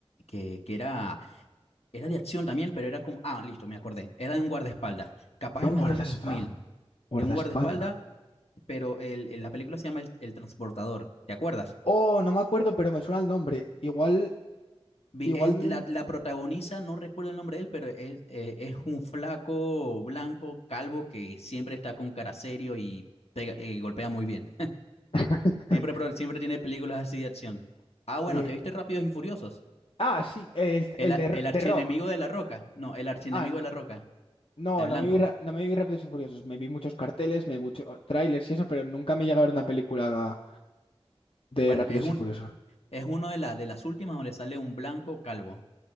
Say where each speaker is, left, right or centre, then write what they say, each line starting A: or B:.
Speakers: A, on the left; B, on the left.
A: que, que era, era de acción también, pero era como, ah, listo, me acordé, era de un guardaespaldas, capaz
B: De
A: es
B: un
A: más
B: guardaespaldas.
A: de los dos mil
B: Guardaespaldas.
A: de un guardaespaldas, pero el, el- la película se llama El, El Transportador, ¿te acuerdas?
B: Oh, no me acuerdo, pero me suena el nombre. Igual,
A: Vi-
B: igual.
A: es- la, la protagoniza, no recuerdo el nombre de él, pero es, eh, es un flaco blanco, calvo, que siempre está con cara serio y pega- y golpea muy bien.
B: <laughs>
A: Siempre, pro- siempre tiene películas así de acción. Ah, bueno,
B: eh,
A: ¿te viste Rápidos y Furiosos?
B: Ah, sí, el,
A: El,
B: el
A: a-
B: de,
A: el
B: de
A: archienemigo
B: Rock.
A: de La Roca. No, el archienemigo
B: Ah, no.
A: de La Roca.
B: No,
A: El
B: no
A: blanco.
B: me vi, ra- no me vi Rápidos y Furiosos. Me vi muchos carteles, me vi muchos trailers y eso, pero nunca me llega a ver una película de
A: Bueno,
B: Rápidos
A: es un,
B: y Furiosos.
A: es uno de, la, de las últimas donde sale un blanco calvo.